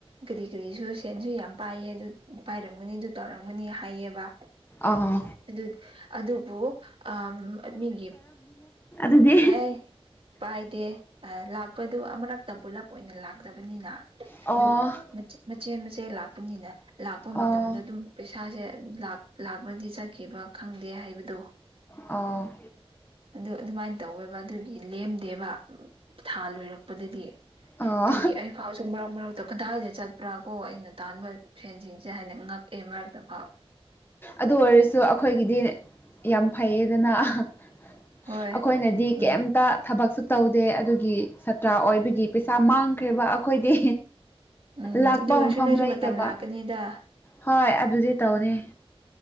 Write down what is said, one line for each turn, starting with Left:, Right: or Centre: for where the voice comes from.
Right: ꯀꯔꯤ ꯀꯔꯤ ꯑꯗꯨꯁꯨ ꯁꯦꯟꯁꯨ ꯌꯥꯝ ꯄꯥꯏꯌꯦ ꯑꯗꯨ ꯄꯥꯏꯔꯝꯒꯅꯤ ꯑꯗꯨ ꯇꯧꯔꯝꯒꯅꯤ ꯍꯥꯏꯌꯦꯕ
Left: ꯑꯥ
Right: ꯑꯗꯨ ꯑꯗꯨꯕꯨ ꯑ ꯃꯤꯒꯤ
Left: ꯑꯗꯨꯗ
Right: ꯍꯦ ꯄꯥꯏꯗꯦ ꯂꯥꯛꯄꯗꯨ ꯑꯃꯨꯔꯛꯇ ꯄꯨꯂꯞ ꯑꯣꯏꯅ ꯂꯥꯛꯇꯕꯅꯤꯅ
Left: ꯑꯣ
Right: ꯑꯗꯣ ꯃꯆꯦ ꯃꯆꯦ ꯂꯥꯛꯄꯅꯤꯅ ꯂꯥꯛꯄ
Left: ꯑꯣ
Right: ꯃꯇꯝꯗ ꯑꯗꯨꯝ ꯄꯩ ꯏꯁꯥꯁꯦ ꯂꯥꯛꯄ꯭ꯔꯗꯤ ꯆꯠꯈꯤꯕ ꯈꯪꯗꯦ ꯍꯥꯏꯕꯗꯣ
Left: ꯑ
Right: ꯑꯗꯨ ꯑꯗꯨꯃꯥꯏꯅ ꯇꯧꯋꯦꯕ ꯑꯗꯨꯒꯤ ꯂꯦꯝꯗꯦꯕ ꯊꯥ ꯂꯣꯏꯔꯛꯄ ꯗꯗꯤ
Left: ꯑꯣ
Right: ꯇꯨꯏꯒꯤ ꯑꯩ ꯐꯥꯎ ꯃꯔ ꯃꯔꯛꯇ ꯀꯗꯥꯏꯗ ꯆꯠꯄ꯭ꯔꯥ ꯀꯣ ꯑꯩꯅ ꯇꯥꯟꯕ ꯐ꯭ꯔꯦꯟꯁꯤꯡꯁꯦ ꯍꯥꯏꯅ ꯉꯛꯑꯦ ꯃꯔꯛꯇ ꯐꯥꯎ
Left: ꯑꯗꯨ ꯑꯣꯏꯔꯁꯨ ꯑꯩꯈꯣꯏꯒꯤꯗꯤ ꯌꯥꯝ ꯐꯩꯌꯦꯗꯅ ꯑꯩꯈꯣꯏꯅꯗꯤ
Right: ꯍꯣꯏ ꯎꯝ
Left: ꯀꯩꯝꯇ ꯊꯕꯛꯁꯨ ꯇꯧꯗꯦ ꯑꯗꯨꯒꯤ ꯁꯥꯇ꯭ꯔ ꯑꯣꯏꯕꯒꯤ ꯄꯩꯁꯥ ꯃꯥꯡꯈ꯭ꯔꯦꯕ ꯑꯩꯈꯣꯏꯗꯤ
Right: ꯎꯝ
Left: ꯂꯥꯛꯄ
Right: ꯑꯗꯨ ꯑꯣꯏꯔꯁꯨ
Left: ꯃꯐꯝꯐꯝ
Right: ꯅꯣꯏꯁꯨ
Left: ꯂꯩꯗꯕ
Right: ꯃꯇꯝ ꯂꯥꯛꯀꯅꯤꯗ
Left: ꯍꯣꯏ ꯑꯗꯨꯗꯤ ꯇꯧꯅꯤ